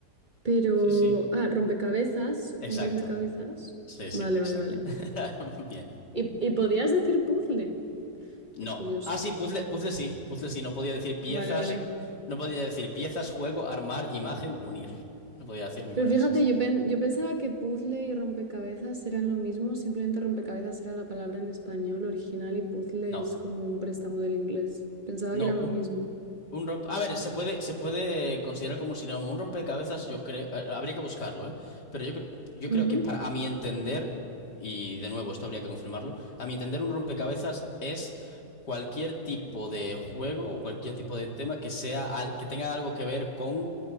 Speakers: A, on the right (about 25°); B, on the left (about 70°).
A: Pero,
B: Sí, sí,
A: ah, rompecabezas,
B: exacto.
A: un rompecabezas.
B: Sí, sí,
A: Vale,
B: exacto.
A: vale, vale.
B: <laughs> Bien.
A: ¿Y, y podías decir puzzle?
B: No.
A: Qué curioso.
B: Ah, sí, puzzle, puzzle sí, puzzle sí. No podía decir piezas,
A: Vale, vale.
B: no podía decir piezas, juego, armar, imagen, unir. No podía decir ninguna
A: Pero fíjate,
B: de esas.
A: yo, pen- yo pensaba que puzzle y rompecabezas eran lo mismo, simplemente rompecabezas era la palabra en español original y puzzle
B: No,
A: es como un préstamo del inglés. Pensaba
B: no,
A: que eran
B: un,
A: lo mismo.
B: un rompe... A ver, se puede, se puede considerar como un sinónimo. Un rompecabezas, yo creo, eh, habría que buscarlo, ¿eh? Pero yo, cre- yo creo
A: Ujú.
B: que para, a mi entender, y de nuevo, esto habría que confirmarlo, a mi entender, un rompecabezas es cualquier tipo de juego o cualquier tipo de tema que sea, al- que tenga algo que ver con